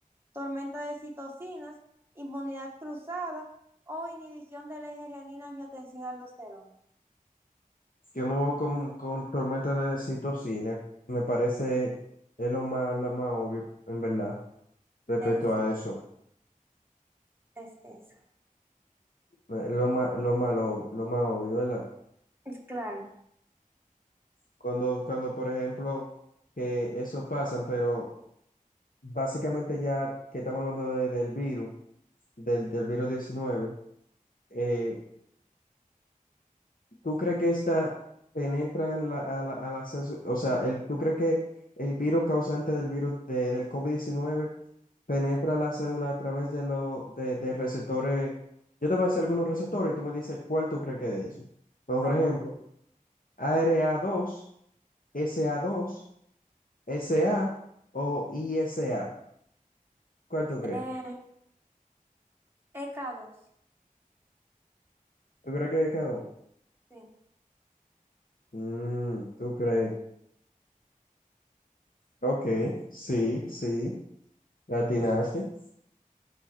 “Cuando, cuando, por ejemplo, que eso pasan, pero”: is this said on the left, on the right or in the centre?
Left